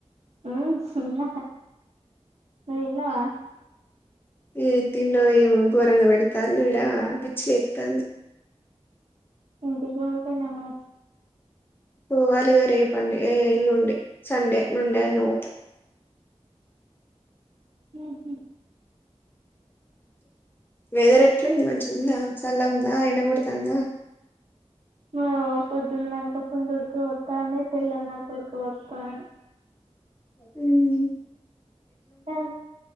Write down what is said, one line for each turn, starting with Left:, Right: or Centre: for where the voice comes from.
Right: ఉమ్ తిన్న నువ్వు
Left: ఉ
Right: తిన్నవా
Left: ఏం తిండో ఏమో గోరంగా పెడతారు ఈడ పిచ్చి లేస్తుంది
Right: ఇంటికి వెళ్ళిపోయావా
Left: పోవాలిగ రేపు ఏ ఎల్లుండి సండే మండే అన్న పోతా
Right: హమ్
Left: వెదర్ ఎట్లుంది మంచిగా ఉందా చల్లగా ఉందా ఎండ కొడుతుందా
Right: హమ్ పొద్దుందాక ఉడక పోతాంది తెల్లిందాకా ఉడుక పోతుంది
Left: హుమ్
Right: హమ్